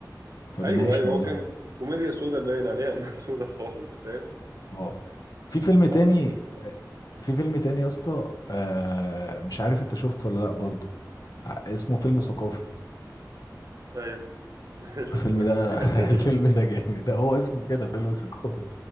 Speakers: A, on the left; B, on the right.
A: فبيناقش
B: ايوه ايوه
A: مواضيع
B: هو كان كوميديا سودا باين عليها انها <laughs> سودا خالص فاهم
A: اه في فيلم
B: الصراحه
A: تاني
B: انا
A: في فيلم تاني يا اسطى آه مش عارف انت شفته ولا لا برضو ع- اسمه فيلم ثقافي
B: ايوه <laughs> شفته
A: الفيلم
B: اكيد
A: ده
B: يعني
A: <laughs> الفيلم
B: <laughs>
A: ده جامد ده هو اسمه كده فيلم ثقافي